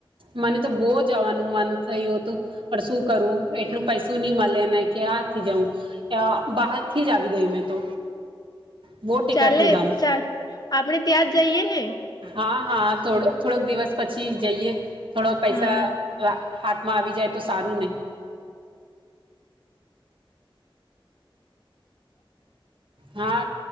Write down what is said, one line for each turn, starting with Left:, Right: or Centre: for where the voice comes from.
Right: મને તો બહુ જવાનું મન થયું હતું પણ શું કરવું એટલું પૈસું નહી મળે ને કે હા થી જઉું બહાર થી જ આવી ગઈ મેં તો બહુ ટિકટનું
Left: ચાલે
Right: દામ
Left: ચા આપણેે ત્યાં જ જઈએ ને
Right: હા હા થોડ થોડોક દિવસ પછી જઈએ થોડો પૈસા
Left: હા
Right: હાથ આવી જાય તો સારું ને હા